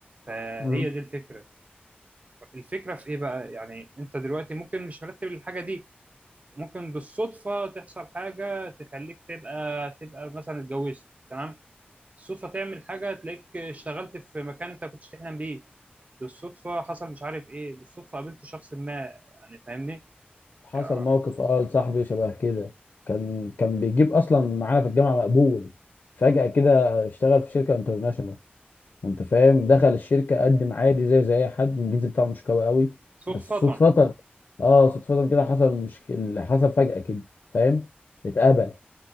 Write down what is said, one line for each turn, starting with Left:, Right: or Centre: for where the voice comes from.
Right: فهي
Left: مم.
Right: دي الفكره الفكره في ايه بقى يعني انت دلوقتي ممكن مش مرتب الحاجه دي ممكن بالصدفه تحصل حاجه تخليك تبقى تبقى مثلا اتجوزت تمام بالصدفه تعمل حاجه تلاقيك اشتغلت في مكان انت ما كنتش تحلم بيه بالصدفه حصل مش عارف ايه بالصدفه قابلت شخص ما يعني فاهمني
Left: حصل
Right: يا-
Left: موقف اه لصاحبي شبه كده كان كان بيجيب اصلا معانا في الجامعه مقبول فجاه كده اشتغل في شركه انترناشونال انت فاهم دخل الشركه قدم عادي زي زي اي حد الانجليزي بتاعه مش قوي قوي
Right: صدفه
Left: بس صدفه اه صدفه كده حصل مشكله حصل فجاه كده فاهم اتقبل